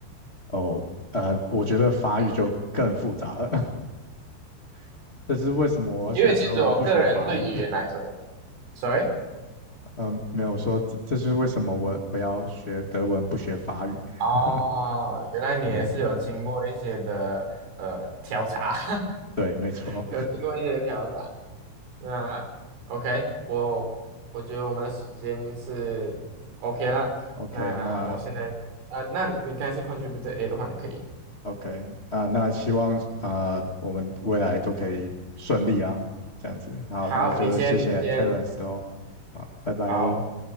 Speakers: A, on the left (about 40°); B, on the right (about 85°).
A: 哦。呃，我觉得法语就更复杂了，
B: 嗯
A: <laughs> 这是为什么我要学德文不学法语？
B: 因为其实我个人对语言来说
A: <laughs>
B: ，sorry，
A: 嗯，没有说这这是为什么我我要学德文不学法语。
B: 哦，
A: <laughs>
B: 原来你也是有经过一些的呃调查，
A: 对
B: <laughs>
A: 对，没错。
B: 有经过一些调查。那 OK，我我觉得我们的时间是 OK 了。
A: <laughs> OK，
B: 那我现在呃，
A: 那
B: 那你刚才是 c o n t r i b u t e A 的话，你可以。
A: OK，啊，那希望啊，呃我们未来都可以顺利啊，这样子。好，
B: 好，
A: 那就谢谢
B: 你先，你哎先，
A: Terence 喽。好，拜拜。
B: 好，